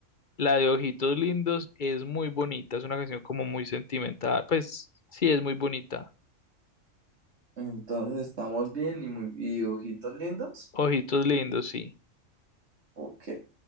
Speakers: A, on the left (about 45°); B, on the right (about 60°).
A: la de Ojitos Lindos es muy bonita, es una canción como muy sentimental, pues sí, es muy bonita.
B: Entonces, estamos bien y muy y ojitos lindos.
A: Ojitos Lindos, sí.
B: Ok,